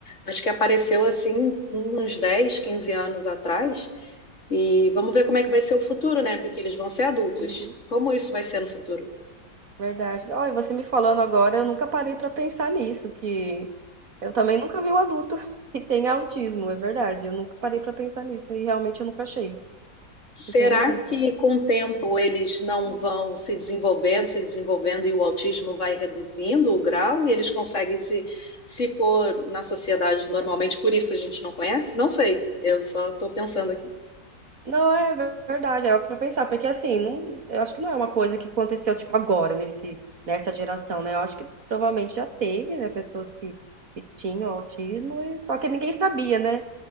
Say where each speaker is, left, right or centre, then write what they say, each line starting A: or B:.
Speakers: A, on the left; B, on the right.
A: Acho que apareceu assim uns 10, 15 anos atrás. E vamos ver como é que vai ser o futuro, né? Porque eles vão ser adultos.
B: Uhum,
A: Como isso vai ser no futuro?
B: verdade. Olha, você me falando agora, eu nunca parei pra pensar nisso, que Eu também nunca vi um adulto <laughs> que tenha autismo, é verdade. Eu nunca parei pra pensar nisso e realmente eu nunca achei
A: Será
B: interessante.
A: que com o tempo eles não vão se desenvolvendo, se desenvolvendo e o autismo vai reduzindo o grau e eles conseguem se, se pôr na sociedade normalmente? Por isso a gente não conhece? Não sei, eu só estou pensando aqui.
B: Não, é verdade, é algo pra pensar, porque assim, não- eu acho que não é uma coisa que aconteceu tipo agora nesse nessa geração, né? Eu acho que provavelmente já teve, né, pessoas que, que tinham autismo, e- só que ninguém sabia, né?